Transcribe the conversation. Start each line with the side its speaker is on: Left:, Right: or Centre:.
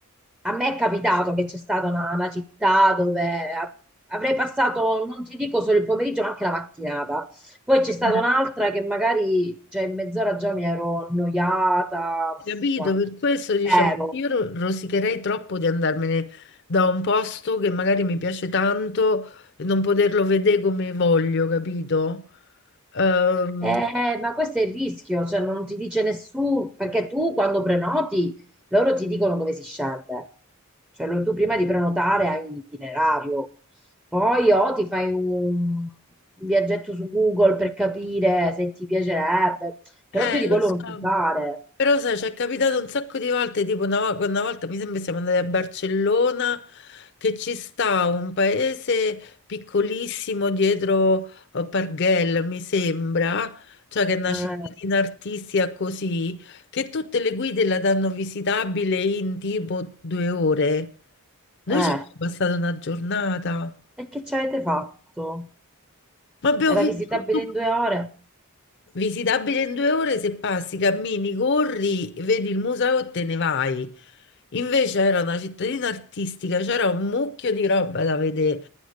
Centre: A me è capitato che c'è stata una, una città dove a- avrei passato, non ti dico solo il pomeriggio, ma anche la mattinata. Poi c'è stata
Left: Eh,
Centre: un'altra che magari, cioè, in mezz'ora già mi ero annoiata, uff,
Left: Capito?
Centre: ma-
Left: Per questo diciamo,
Centre: ero
Left: io ro- rosicherei troppo di andarmene da un posto che magari mi piace tanto e non poterlo vedere come voglio, capito? Ehm,
Centre: Eh, ma questo è il rischio, cioè non ti dice nessuno, perché tu quando prenoti, loro ti dicono dove si scende. Cioè lo- tu prima di prenotare hai un itinerario, poi o ti fai un viaggetto su Google per capire se ti piacerebbe,
Left: eh,
Centre: però più di
Left: lo
Centre: quello
Left: so.
Centre: non puoi fare.
Left: Però sai, ci è capitato un sacco di volte, tipo una, vo- una volta mi sembra siamo andati a Barcellona, che ci sta un paese piccolissimo dietro eh, Parguel, mi sembra, cioè che è una
Centre: Eh,
Left: cittadina artistica così, che tutte le guide la danno visitabile in tipo due ore. Noi
Centre: eh.
Left: ci abbiamo passato una giornata,
Centre: E che ci avete fatto?
Left: ma abbiamo
Centre: Era
Left: visto
Centre: visitabile
Left: tutto
Centre: in due ore?
Left: Visitabile in due ore se passi, cammini, corri, vedi il museo e te ne vai. Invece era una cittadina artistica, c'era un mucchio di roba da vedere,